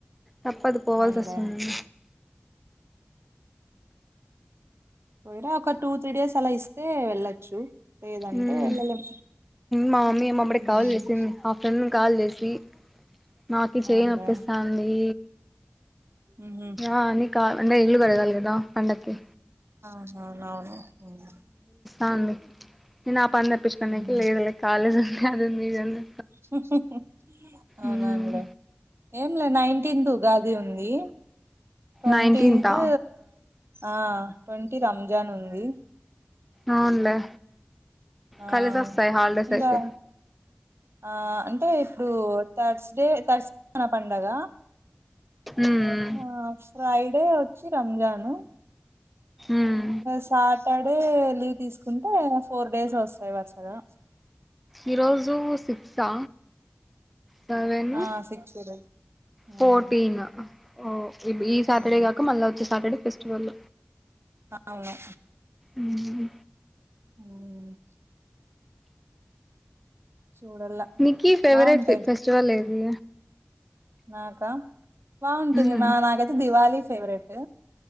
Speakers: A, in the centre; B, on the right (about 80°).
A: తప్పదు పోవాల్సి
B: అవునులే
A: వస్తుంది
B: పోయిరా ఒక టూ త్రీ డేస్ అలా ఇస్తే వెళ్ళచ్చు లేదంటే
A: ఉమ్
B: వెళ్ళలేం
A: మా మమ్మీ
B: ఉమ్
A: కాల్ చేసి ఆఫ్టర్నూన్ కాల్ చేసి నాకు చేయి
B: అవునులే
A: నొప్పిస్తంది
B: ఉహు
A: ఆ ని కా అంటే ఇల్లు కడగాలి కదా పండక్కి
B: అవును అవును అవును
A: అ ఉంది నేను ఆ పని తప్పించుకోడానికి
B: ఉహు
A: లేదు లే కాలేజ్ ఉంది అది ఉంది ఇది ఉంది
B: హు హు అవునవును
A: ఉమ్
B: లే ఏంలే నైన్టీన్గా అది ఉంది ట్వంటీన్త్
A: నైన్టీన్తా
B: ఆ ట్వంటీ రంజాన్ ఉంది
A: అవునులే
B: ఆ
A: కలిసి వస్తాయి హాలిడేస్
B: ఇంకా
A: అయితే
B: ఆ అంటే ఇప్పుడు తర్స్ డే తర్స్ డే న పండగ
A: ఉమ్
B: ఆ ఫ్రైడే వచ్చి రంజాన్
A: ఉమ్
B: సాటర్డే లీవ్ తీసుకుంటే ఫోర్ డేస్ వస్తాయి వరుసగా
A: ఈరోజు సిక్సా సెవెను
B: ఆ సిక్స్ డేస్ ఉమ్
A: ఫోర్టీన్ ఓ ఈ సాటర్డే
B: ఉమ్
A: గాక మళ్ళా వచ్చే సాటర్డే ఫెస్టివల్
B: అవును
A: ఉమ్
B: ఉ చూడల్లా
A: నీకి ఫేవరెట్
B: బాగుంటాయి
A: ఫెస్టివల్ ఏది
B: నాకా బాగుంటుంది
A: మ్మ్
B: మా నాకైతే దీవాలి ఫేవరెట్